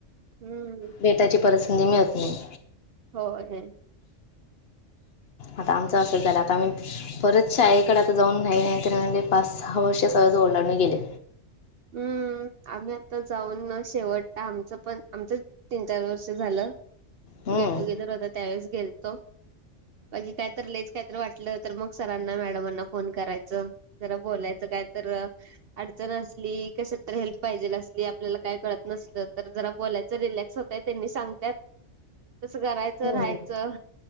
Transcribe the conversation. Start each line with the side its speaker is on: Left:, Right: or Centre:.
Right: हम्म्.
Left: भेटायची, परत संधी मिळत नाही.
Right: हो, नं.
Left: आता आमचं, असंच झालं. आता आम्ही परत शाळेकडे आता जाऊन नाही-नाही तर, पाच-सहा वर्ष सहज ओलांडून गेले.
Right: हम्म्. आम्ही आता जाऊन मग शेवट आमचं पण, आमचंच तीन-चार वर्ष झालं.
Left: हम्म
Right: गेट-टुगेदर होतं, त्यावेळेस गेलतो. म्हणजे काय तर, लईच काय तर वाटलं तर मग सरांना, मॅडमांना फोन करायचं. जरा बोलायचं, काय तर अडचण अस की कशात तर हेल्प पाहिजेलं असली, आपल्याला काय कळत नसलं तर, जरा बोलायचं. रिलॅक्स होतंय, त्यांनी सांगतात. कसं करायचं?
Left: होय
Right: राहायचं?